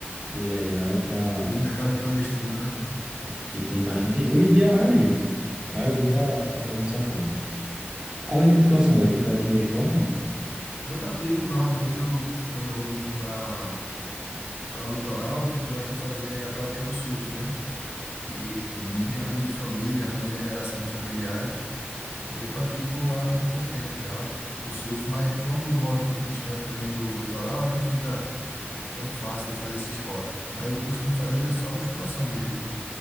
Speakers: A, on the right; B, on the left.
A: ilegal para
B: Do mercado clandestino, né?
A: que tem bastante. Hoje em dia a maioria, né? A maioria tá, tá fazendo dessa forma. Além de musculação, vai, tu pratica um esporte? Não.
B: Eu pratico, normalmente eu, quando eu vou muito para para o litoral, eu gosto de fazer a prática do surf, né? E
A: Sim.
B: já vem de família, já vem da minha geração de familiares, e eu pratico há um bom tempo já o surf, mas como eu moro um pouco distante também do litoral, aí não fica tão fácil de eu fazer esse esporte. Aí eu costumo fazer só musculação mesmo.